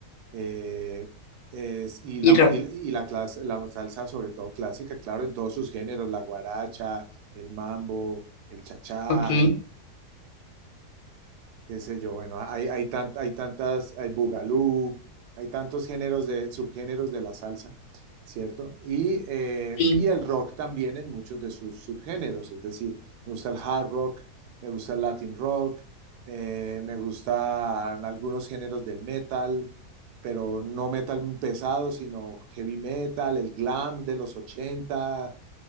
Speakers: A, on the right; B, on the left.
A: eh, es- y, la,
B: Y rock.
A: mu- y, y la, clas- la salsa sobre todo clásica, claro, en todos sus géneros, la guaracha, el mambo, el chachá,
B: Ok,
A: qué sé yo, bueno, hay, hay, tant- hay tantas, hay bugalú, hay tantos géneros de, subgéneros de la salsa, ¿cierto? Y, eh,
B: sí,
A: y el rock también en muchos de sus subgéneros, es decir, me gusta el hard rock, me gusta el latin rock, eh, me gustan algunos géneros del metal, pero no metal pesado, sino heavy metal, el glam de los 80